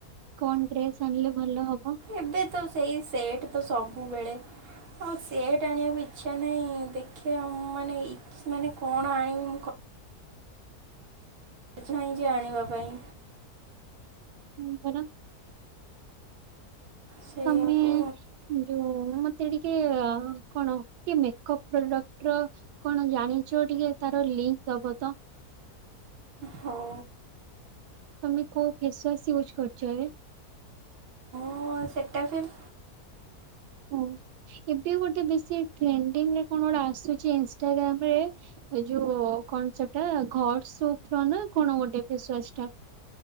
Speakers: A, on the right; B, on the right.
A: କଣ ଡ୍ରେସ୍ ଆଣିଲେ ଭଲ ହବ।
B: ଏବେ ତ ସେଇ ସେଟ୍ ତ ସବୁବେଳେ। ହଉ ସେଟ୍ ଆଣିବାକୁ ଇଚ୍ଛା ନାହିଁ ଦେଖିବା ମୁଁ ମାନେ ସେ ମାନେ କଣ ଆଣିବି ମୁ କ ସ ନାହିଁ ଯେ ଆଣିବା ପାଇଁ।
A: ହୁଁ ପରା।
B: ସେଇଆକୁ
A: ତମେ। ଯୋଉ ମତେ ଟିକେ କଣ ଟିକେ ମେକଅପ୍ ପ୍ରଡକ୍ଟ ର କଣ ଜାଣିଛ ଟିକେ ତାର ଲିଙ୍କ୍ ଦବ ତ
B: ହଉ
A: ତମେ କଉ ଫେସ୍ ୱାଶ୍ ୟୁଜ୍ କରଛ ହେ
B: ହଁ ସେଟା ଫିଲ୍
A: ଓ ଏବେ ଗୋଟେ ବେଶୀ ଟ୍ରେଡ଼ିଙ୍ଗ୍ ରେ କଣ ଗୋଟେ ଆସୁଛି ଇନ୍ସାଟାଗ୍ରାମ ରେ ଏ ଯୋଉ କଣ ସେଟା ଘଡ୍ ସପର ନା କଣ ଗୋଟେ ଫେସ୍ ୱାସ୍ ଟା